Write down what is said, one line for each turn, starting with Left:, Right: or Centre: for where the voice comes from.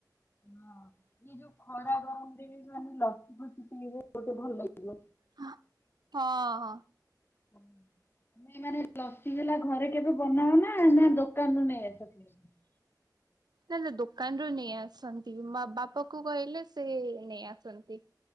Left: ହଁ ଏଇ ଯୋଉ ଖରା ଗରମ ଦେବେ ଜେ ଲସି ଫସି ପିଇବଗୋଟେ ଭଲ ଲାଗିବ।
Right: ହଁ ହଁ।
Left: <inaudible> ଏ ମାନେ ଲସି ହେଲା ଘରେ କେବେ ବନାଅନା ନା ଦୋକାନରୁୁ ନେଇଁ ଆସ?
Right: ନା ନା ଦୋକାନରୁୁ ନେଇ ଆସନ୍ତୀ। ମା ବାପାଙ୍କୁ କହିଲେ ତ ସେ ନେଇ ଆସନ୍ତି।